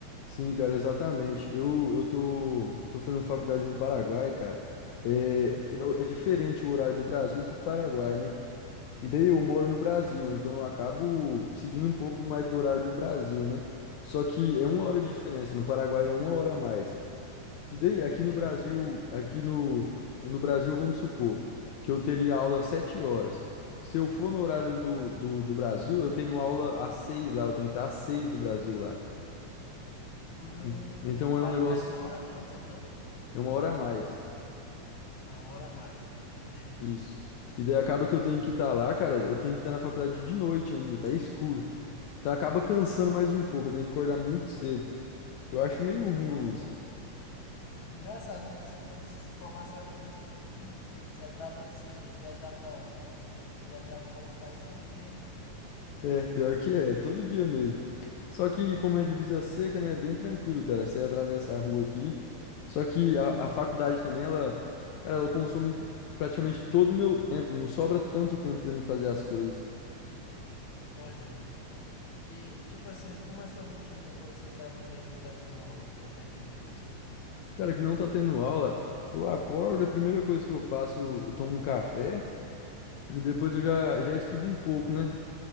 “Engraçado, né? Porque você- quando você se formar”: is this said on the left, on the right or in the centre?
Left